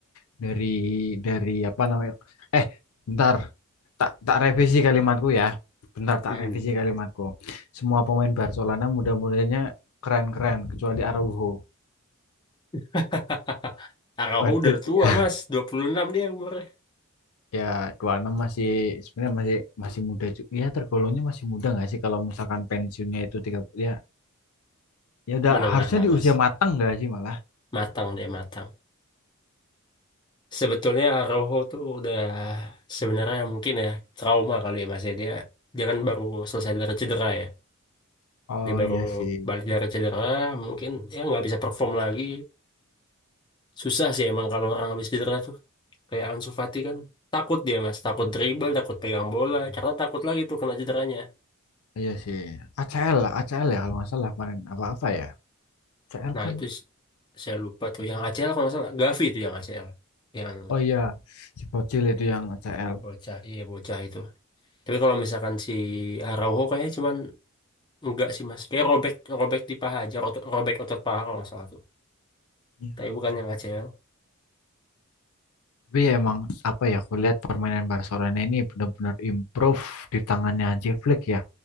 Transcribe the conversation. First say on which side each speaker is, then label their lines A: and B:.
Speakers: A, on the left; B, on the left.
A: dari dari apa namanya eh bentar tak tak revisi kalimatku ya bentar tak
B: Mm-mm.
A: revisi kalimatku semua pemain Barcelona mudah-mudahnya keren-keren kecuali Araujo
B: <laughs> Araujo
A: badut
B: udah tua
A: ya
B: mas
A: <laughs>
B: 26 dia umurnya
A: ya dua puluh enam masih sebenarnya masih masih muda juga ya tergolongnya masih muda nggak sih kalau misalkan pensiunnya itu 30 ya ya udah
B: menengah
A: harusnya
B: lah
A: di
B: mas
A: usia matang nggak sih malah
B: matang dia matang sebetulnya Araujo tuh udah sebenarnya mungkin ya trauma kali ya mas ya dia dia kan baru selesai dari cedera ya
A: Oh
B: dia baru
A: iya sih,
B: balik dari cedera mungkin ya nggak bisa perform lagi susah sih emang kalau orang habis cedera tuh kayak Ansu Fati kan takut dia mas takut dribble takut pegang bola karena takut lagi tuh kena cederanya
A: iya sih. ACL, lah, ACL ya kalau nggak salah kemarin apa-apa ya. ACL
B: nah
A: kan,
B: itu s- saya lupa tuh yang ACL kalau nggak salah Gavi tuh yang ACL yang
A: oh iya, si Bocil itu
B: itu
A: yang ACL.
B: bocah iya bocah itu tapi kalau misalkan si Araujo kayaknya cuman enggak sih mas kayak robek robek di paha aja rot- robek otot paha kalau nggak salah tuh
A: Iya.
B: tapi bukan yang ACL
A: Tapi ya emang apa ya, aku lihat permainan Barcelona ini benar-benar improve di tangannya Hansi Flick ya.